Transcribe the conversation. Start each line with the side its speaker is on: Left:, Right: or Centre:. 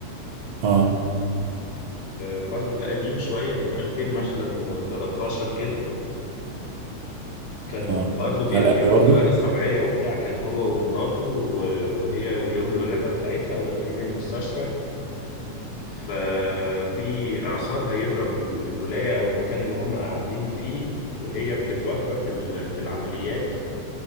Right: اه
Left: برضو ده قديم شويه من 2000 مثلا و13 كده كان
Right: اه
Left: برضو بيحكي
Right: خلقني
Left: عن
Right: برضه
Left: كوارث طبيعيه وبتاع كان هو ومراته و- وهي ويوم الولاده بتاعتها وداخلين المستشفى ففي إعصار هيضرب ال- الولاية أو المكان اللي هم قاعدين فيه وهي بتتوفى في ال- في العمليات